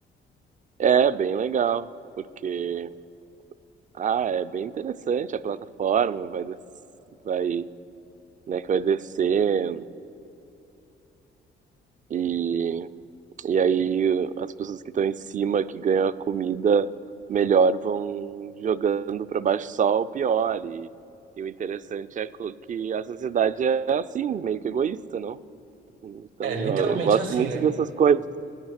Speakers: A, on the right; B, on the right.
A: É bem legal, porque ah, é bem interessante a plataforma, vai des- vai, né, que vai descendo e e aí as pessoas que estão em cima que ganham a comida melhor vão jogando para baixo só o pior e, e o interessante é co- que a sociedade é assim, meio que egoísta, não? Então
B: É, literalmente
A: eu eu gosto
B: assim,
A: muito
B: né?
A: dessas coisas.